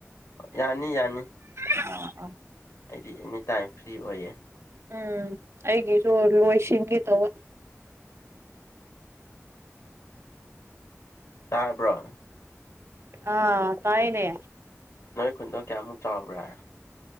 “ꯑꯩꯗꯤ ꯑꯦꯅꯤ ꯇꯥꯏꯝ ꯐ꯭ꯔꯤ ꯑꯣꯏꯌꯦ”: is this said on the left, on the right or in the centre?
Left